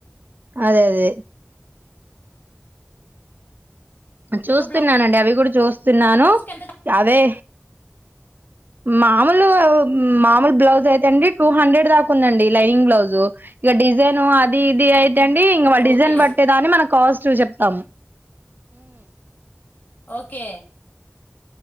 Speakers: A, on the right (about 50°); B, on the left (about 45°).
A: అదే అదే చూస్తున్నానండి
B: ఒక
A: అవి కూడా చూస్తున్నాను
B: బ్లౌజ్ కి ఎంత
A: అవే మాములు మామూలు బ్లౌజ్ అయితే అండి టూ హండ్రెడ్ దాకా ఉందండి లైనింగ్ బ్లౌజు ఇగ డిజైన్ అది ఇది అయితె అండి ఇంగ వాళ్ డిజైన్
B: ఓకే
A: బట్టి దాని మన కాస్ చుస్ చెప్తాం
B: ఓకే